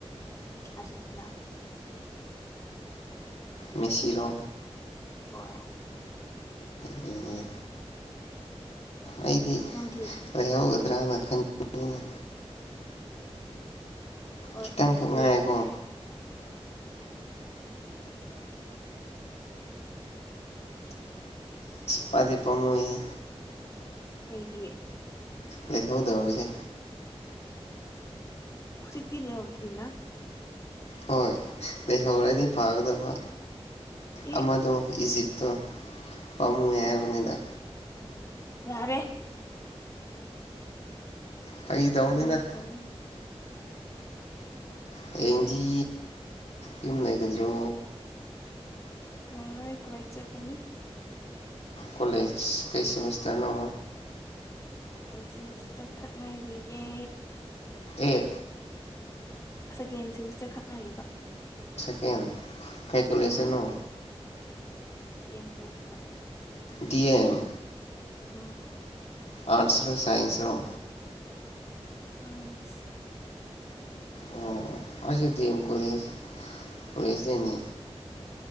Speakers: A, on the left; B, on the left.
A: ꯑꯔꯖꯦꯟꯇꯤꯅꯥ
B: ꯃꯤꯁꯤꯔꯣ
A: ꯍꯣꯏ
B: ꯑꯦ ꯑꯩꯗꯤ
A: ꯅꯪꯗꯤ
B: ꯂꯩꯍꯧꯒꯗ꯭ꯔꯅ ꯈꯟꯕꯅꯤꯅꯦ
A: ꯍꯣꯏ
B: ꯈꯤꯇꯪꯈꯛ
A: ꯂꯩꯗꯤ
B: ꯉꯥꯏꯔꯦꯀꯣ
A: ꯂꯩꯍꯧꯗ꯭ꯔꯦ
B: ꯄꯥꯝꯗꯤ ꯄꯥꯝꯃꯨꯏꯑꯦ
A: ꯀꯩꯒꯤ
B: ꯂꯩꯍꯧꯗꯕꯒꯤ
A: ꯍꯧꯖꯤꯛꯇꯤ <unintelligible>
B: ꯍꯣꯏ ꯂꯩꯍꯧꯔꯗꯤ ꯐꯥꯒꯗꯕ
A: ꯑꯦ
B: ꯑꯃꯗꯣ ꯏꯖꯤꯞ ꯄꯥꯝꯃꯨꯏꯑꯦ
A: ꯑꯣ
B: ꯍꯥꯏꯕꯅꯤꯗ
A: ꯌꯥꯔꯦ
B: ꯐꯥꯒꯤ ꯇꯧꯅꯤꯗ
A: ꯑꯗꯨꯃꯥꯏꯅ ꯇꯧ
B: ꯍꯌꯦꯡꯗꯤ ꯌꯨꯝ ꯂꯩꯒꯗ꯭ꯔꯣ
A: ꯂꯩꯔꯣꯏ ꯑꯩ ꯀꯣꯂꯦꯖ ꯆꯠꯀꯅꯤ
B: ꯀꯣꯂꯦꯖ ꯀꯩ ꯁꯦꯃꯤꯁꯇꯔ ꯅꯣ
A: ꯁꯦꯀꯦꯟ ꯁꯤꯃꯤꯁꯇꯔ ꯈꯛ ꯉꯥꯏꯔꯤꯌꯦ
B: ꯑꯦ
A: ꯁꯦꯀꯦꯟ ꯁꯤꯃꯤꯁꯇꯔ ꯈꯛ ꯉꯥꯏꯔꯤꯕ
B: ꯑꯦ ꯀꯩ ꯀꯣꯂꯦꯖꯇꯅꯣ
A: ꯎꯝ ꯗꯤ ꯑꯦꯝ ꯀꯦꯂꯦꯖꯇ
B: ꯗꯤ ꯑꯦꯝ
A: ꯑꯝ
B: ꯑꯔꯠꯁ ꯔꯣ ꯁꯥꯏꯟꯁ ꯔꯣ
A: ꯁꯥꯏꯟꯁ
B: ꯑꯣ ꯑꯩꯁꯨ ꯗꯤ ꯑꯦꯝ ꯀꯣꯂꯦꯖ ꯀꯣꯂꯦꯖꯇꯩꯅꯤ